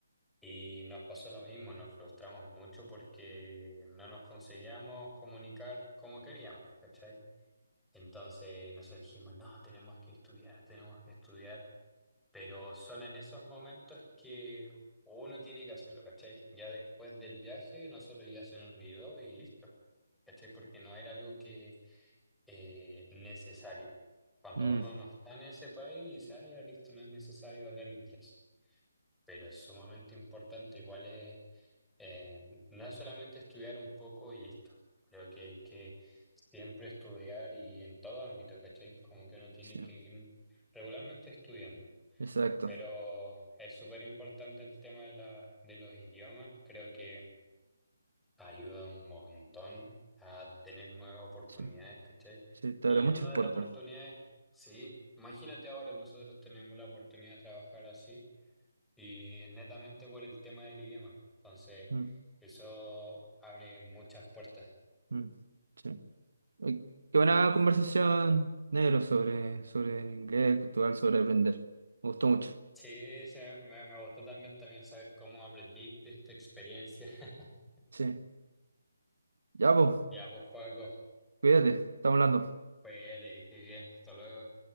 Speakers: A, in the centre; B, on the right.
A: y nos pasó lo mismo, nos frustramos mucho porque no nos conseguíamos comunicar como queríamos, ¿cachai? Entonces nosotros dijimos, no, tenemos que estudiar, tenemos que estudiar. Pero son en esos momentos que uno tiene que hacerlo, ¿cachai? Ya después del viaje, nosotros ya se nos olvidó y listo, ¿cachai? Porque no era algo que eh, necesario. Cuando
B: Mm,
A: uno no está en ese país, dice, ah, ya listo, no es necesario hablar inglés. Pero es sumamente importante, igual es, eh, no es solamente estudiar un poco y listo. Creo que hay que siempre estudiar y en todo ámbito, ¿cachai? Como que uno tiene
B: sí,
A: que ir regularmente estudiando.
B: exacto.
A: Pero es súper importante el tema de la, de los idiomas. Creo que ayuda un montón a tener nuevas oportunidades,
B: Sí,
A: ¿cachai?
B: sí, te
A: Y
B: abre muchas
A: una
B: puertas.
A: de las oportunidades, sí, imagínate ahora, nosotros tenemos la oportunidad de trabajar así y es netamente por el tema del idioma. Entonces,
B: Mm,
A: eso abre muchas puertas.
B: mm, sí. Uy, qué buena conversación, negro, sobre, sobre el inglés, Portugal, sobre aprender. Me gustó mucho.
A: Sí, sí, me, me gustó también, también saber cómo aprendiste esta experiencia. <laughs>
B: Sí, ya, pues,
A: Ya vos, Joaco,
B: cuídate, estamos hablando.
A: pues que estés bien. Hasta luego.